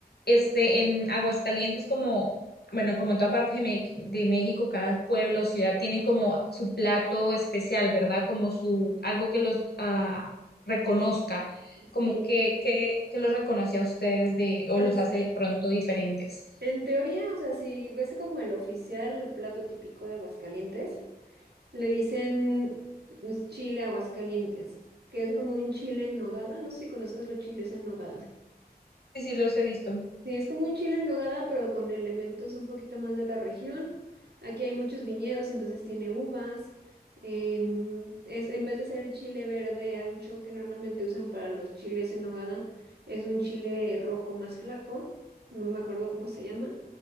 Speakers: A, on the left (about 75°); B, on the right (about 80°).
A: este, en Aguascalientes, como, bueno, como en toda parte de Me- de México, cada pueblo o ciudad tienen como su plato especial, ¿verdad? Como su, algo que los ah, reconozca, como
B: Sí,
A: que, que, que los reconoce a ustedes de, o
B: pues
A: los hace pronto diferentes.
B: en teoría, o sea, si ves como el oficial plato típico de Aguascalientes, le dicen pues, chile Aguascalientes, que es como un chile en nogada. No sé si conozcas los chiles en nogada.
A: Sí, sí, los he visto.
B: Sí, es como un chile en nogada, pero con elementos un poquito más de la región. Aquí hay muchos viñedos, entonces tiene uvas. em, es, en vez de ser el chile verde ancho que normalmente usan para los chiles en nogada, es un chile rojo más flaco. No me acuerdo cómo se llama.